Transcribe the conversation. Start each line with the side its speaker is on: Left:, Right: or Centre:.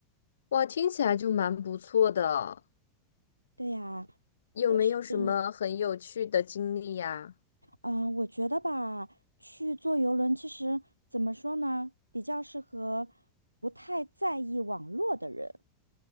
Left: 哇，听起来就蛮不错的，
Right: 对呀，
Left: 有没有什么很有趣的经历呀？
Right: 嗯，嗯，我觉得吧，去坐游轮其实怎么说呢，比较适合不太在意网络的人。